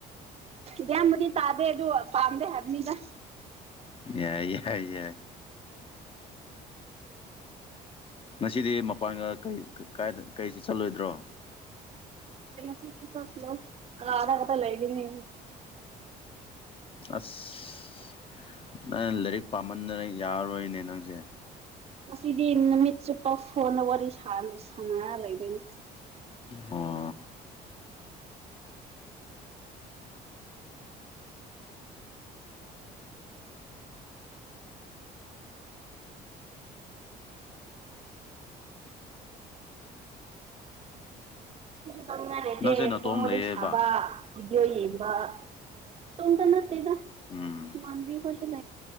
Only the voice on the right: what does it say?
ꯗꯤꯌꯥꯝꯕꯨꯗꯤ ꯇꯥꯗꯦ ꯑꯗꯨ ꯄꯥꯝꯗꯦ ꯍꯥꯏꯕꯅꯤꯗ꯫
ꯁꯤ ꯆꯠꯂꯣꯏ ꯀꯥꯗ ꯀꯗ ꯂꯩꯒꯅꯤ꯫
ꯉꯁꯤꯗꯤ ꯅꯨꯃꯤꯠ ꯆꯨꯞꯄ ꯐꯣꯟꯅ ꯋꯥꯔꯤ ꯁꯥꯔ ꯁꯥꯟꯅꯔ ꯂꯩꯗꯣꯏꯅꯦ꯫
ꯇꯧꯅꯤꯉꯥꯢ ꯂꯩꯇꯦ
ꯐꯣꯟ ꯋꯥꯔꯤ
ꯁꯕ ꯕꯤꯗꯤꯑꯣ ꯌꯦꯡꯕ꯫ ꯏꯇꯣꯝꯇ ꯅꯠꯇꯦꯗ
ꯃꯥꯟꯕꯤꯈꯣꯏꯁꯨ ꯂꯩ